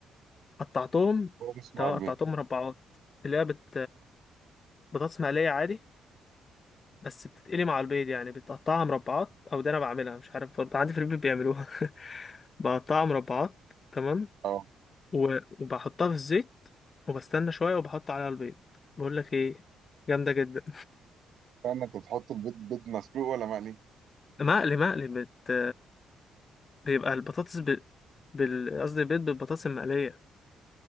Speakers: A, on the left; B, on the right.
A: قطعتهم
B: هو بس
A: تمام
B: مع البيض
A: قطعتهم مربعات اللي هي بت... بطاطس مقلية عادي بس بتتقلي مع البيض يعني بتقطعها مربعات أو ده أنا بعملها مش عارف برضه عندي في البيت بيعملوها <laughs> بقطعها مربعات تمام
B: اه
A: و... وبحطها في الزيت وبستنى شوية وبحط عليها البيض بقول لك إيه جامدة جدا
B: استنى انت تحط البيض بيض مسلوق ولا مقلي
A: <laughs> مقلي مقلي بت... بيبقى البطاطس ب... بال قصدي البيض بالبطاطس المقلية